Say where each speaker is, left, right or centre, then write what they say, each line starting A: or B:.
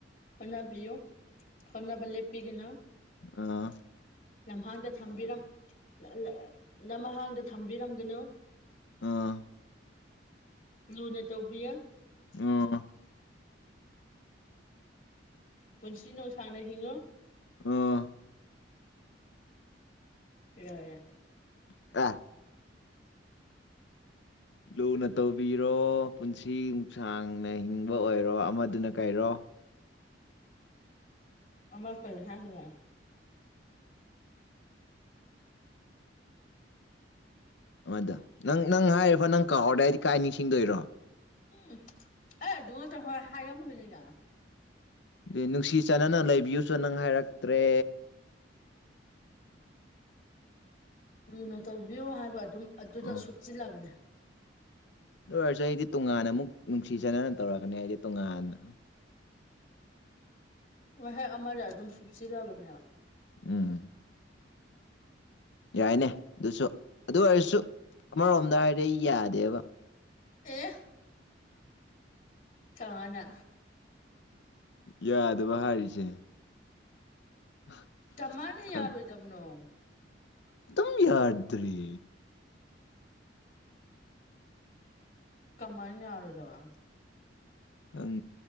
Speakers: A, on the left; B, on the left.
A: ꯍꯣꯠꯅꯕꯤꯌꯨ ꯍꯣꯠꯅꯕ ꯂꯦꯞꯄꯤꯒꯅꯨ
B: ꯑꯥ
A: ꯂꯝꯍꯥꯡꯗ ꯊꯝꯕꯤꯔꯝ ꯂ ꯂ ꯂꯝꯍꯥꯡꯗ ꯊꯝꯕꯤꯔꯝꯒꯅꯨ
B: ꯑꯥ
A: ꯂꯨꯅ ꯇꯧꯕꯤꯌꯣ
B: ꯑꯣ
A: ꯄꯨꯟꯁꯤ ꯅꯣꯡꯁꯥꯡꯅ ꯍꯤꯡꯉꯨ
B: ꯑꯥ
A: ꯀꯩꯗꯧꯔꯤꯒꯦ
B: <unintelligible> ꯂꯨꯅ ꯇꯧꯕꯤꯔꯣ ꯄꯨꯟꯁꯤ ꯌꯨꯡꯁꯥꯡꯅ ꯍꯤꯡꯕ ꯑꯣꯏꯔꯣ ꯑꯃꯗꯨꯅ ꯀꯩꯔꯣ
A: ꯑꯃ ꯀꯩ ꯍꯥꯏꯈꯤꯒꯦ
B: ꯑꯃꯗ ꯅꯪ ꯅꯪ ꯍꯥꯏꯔꯤꯐ ꯅꯪ ꯀꯥꯎꯔꯗꯤ ꯑꯩꯗꯤ ꯀꯥꯏ ꯅꯤꯡꯁꯤꯡꯗꯣꯏꯔꯣ
A: ꯎꯝ ꯑꯩ ꯑꯗꯨ ꯉꯠꯇ ꯍꯣꯏ ꯍꯥꯏꯔꯝꯒꯅꯤꯅ
B: ꯗꯦ ꯅꯨꯡꯁꯤ ꯆꯥꯟꯅꯅ ꯂꯩꯕꯤꯌꯨꯁꯨ ꯅꯪ ꯍꯥꯏꯔꯛꯇ꯭ꯔꯦ
A: ꯂꯨꯅ ꯇꯧꯕꯤꯌꯣ ꯍꯥꯏꯕ ꯑꯗꯨꯝ ꯑꯗꯨꯗ
B: ꯑꯥ
A: ꯁꯨꯞꯆꯤꯜꯂꯕꯅꯦ
B: ꯗꯨ ꯑꯣꯏꯔꯁꯨ ꯑꯩꯗꯤ ꯇꯣꯉꯥꯟꯅ ꯑꯃꯨꯛ ꯅꯨꯡꯁꯤ ꯆꯥꯟꯅꯅ ꯇꯧꯔꯛꯀꯅꯤ ꯑꯩꯗꯤ ꯇꯣꯉꯥꯟꯅ
A: ꯎꯪ ꯋꯥꯍꯩ ꯑꯃꯗ ꯑꯗꯨꯝ ꯁꯨꯨꯞꯆꯤꯜꯂꯕꯅꯦꯕ
B: ꯎꯝ ꯌꯥꯏꯅꯦ ꯑꯗꯨꯁꯨ ꯑꯗꯨ ꯑꯣꯏꯔꯁꯨ ꯑꯃꯔꯣꯝꯗ ꯍꯥꯏꯔꯗꯤ ꯑꯩ ꯌꯥꯗꯦꯕ
A: ꯑꯦ ꯀꯃꯥꯅ
B: ꯌꯥꯗꯕ ꯍꯥꯏꯔꯤꯁꯦ <unintelligible>
A: ꯀꯃꯥꯏꯅ
B: ꯈꯪ
A: ꯌꯥꯔꯣꯏꯗꯕꯅꯣ
B: ꯑꯗꯨꯝ ꯌꯥꯗ꯭ꯔꯤ
A: ꯀꯃꯥꯏꯟ ꯌꯔꯣꯏꯗꯕ
B: ꯑꯪ